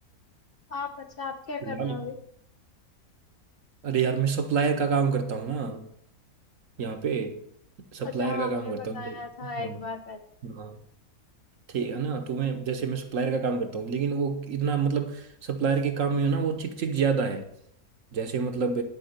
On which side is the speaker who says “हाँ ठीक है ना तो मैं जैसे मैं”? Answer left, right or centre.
Right